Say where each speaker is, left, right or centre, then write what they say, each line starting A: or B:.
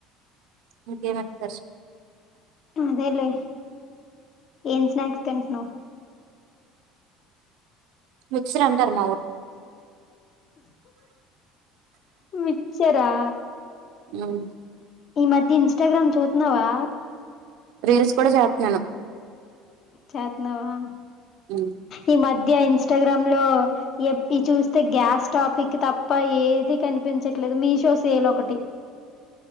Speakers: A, on the right (about 65°); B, on the left (about 40°).
A: ఇంకేం ఆకర్షణ.
B: అదేలే ఏం స్నాక్స్ తింటూనవ్.
A: మిక్సర్ అంటారు మా ఊరు.
B: మిక్చరా.
A: ఉమ్
B: ఈ మధ్య ఇన్స్టాగ్రామ్ చూతున్నావా.
A: రీల్స్ కూడా చేస్తున్నాను.
B: చేత్నావా
A: ఉమ్
B: ఈ మధ్య ఇన్స్ ఇన్స్టాగ్రామ్ లో ఈ చూస్తే గ్యాస్ టాపిక్ తప్ప ఏది కనిపించట్లేదు మీషో సేల్ ఒకటి